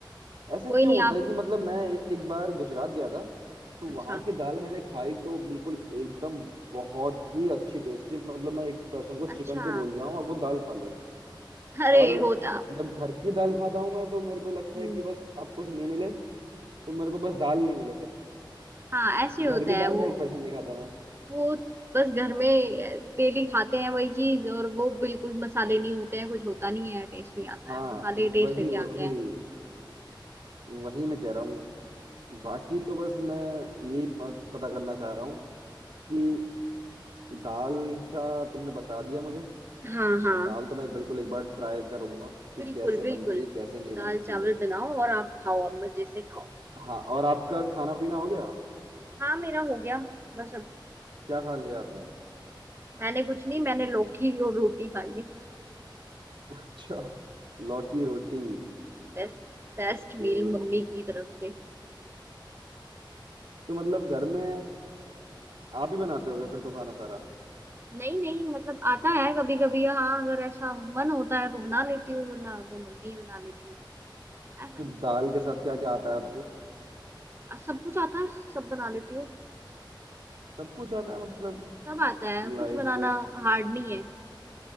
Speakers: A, on the right; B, on the right.
A: ऐसा
B: कोई
A: क्यों
B: नहीं
A: होता
B: आप
A: है कि मतलब मैं एक बार गुजरात गया था तो
B: अच्छा
A: वहां की दाल मैंने खाई तो बिल्कुल एकदम बहुत ही अच्छी टेस्टी मतलब मैं एक पर्सन को
B: अच्छा
A: चिकन को भूल जाऊं और वो दाल खा लूं
B: अरे
A: और
B: होता
A: जब घर की दाल खाता हूं मैं तो मेरे को लगता
B: हम्म
A: है कि बस अब कुछ नहीं मिले तो मेरे को बस दाल नहीं मिले <laughs>
B: हाँ ऐसे होता
A: घर की दाल
B: है वो
A: में एक पर्सन नहीं खाता मैं
B: वो बस घर में डेली खाते हैं वही चीज और वो बिल्कुल मसाले नहीं होते हैं कुछ होता नहीं है टेस्ट नहीं आता
A: हाँ
B: है मसाले टेस्ट
A: वही
B: लेके आते
A: वही
B: हैं
A: वही मैं कह रहा हूँ बाकी तो बस मैं यही प- पता करना चाह रहा हूँ कि दाल का तुमने बता दिया मुझे,
B: हाँ
A: तो
B: हाँ
A: दाल तो मैं बिल्कुल एक बार ट्राई करूंगा कि
B: बिल्कुल
A: कैसे
B: बिल्कुल
A: बनती है कैसे नहीं बनती
B: दाल चावल
A: है
B: बनाओ और आप खाओ अब मजे से खाओ
A: हाँ और आपका खाना पीना हो गया
B: हाँ मेरा हो गया बस अब
A: क्या खा लिया आपने
B: मैंने कुछ नहीं मैंने लौकी और रोटी खाई है
A: <laughs> अच्छा लौकी रोटी
B: बेस्ट बेस्ट
A: ओके
B: मील मम्मी की तरफ से
A: तो मतलब घर में आप ही बनाते होगे फिर तो खाना सारा
B: नहीं नहीं मतलब आता है कभी कभी हाँ अगर ऐसा मन होता है तो बना लेती हूँ वरना तो मम्मी ही बना लेती हूँ ऐसा
A: तो
B: कुछ
A: दाल
B: नहीं
A: के साथ क्या क्या आता है आपको
B: आ, सब कुछ आता है सब बना लेती हूँ
A: सब कुछ आता है मतलब
B: सब आता है कुछ
A: लाइक
B: बनाना हार्ड नहीं है